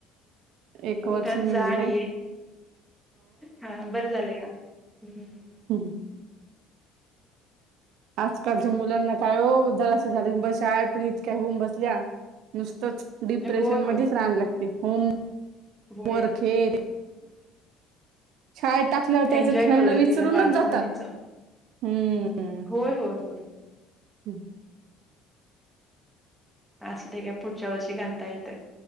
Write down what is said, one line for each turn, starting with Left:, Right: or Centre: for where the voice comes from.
Right: एक
Centre: उठन
Right: वर्ष मी
Centre: जा
Right: मिलं
Centre: आणि हा बरं झालं का्
Right: हम् आजकालच्या मुलांना काय हो दरा झाले की बसय पणत काय होऊन बसल्या नुसतंच डिप्रेशन
Centre: होय,
Right: मध्येच
Centre: होय,
Right: राहान लागते हो
Centre: होय.
Right: मर खेट शाळ ट आपल्याला त्याच
Centre: एन्जॉय
Right: खेळण
Centre: करू द्या
Right: विसरूनच
Centre: तिला बालपण
Right: जातात
Centre: तिचं.
Right: हम्म
Centre: होय होय होय
Right: हम्म
Centre: अस ते का पुढच्या वर्षी घालता येतय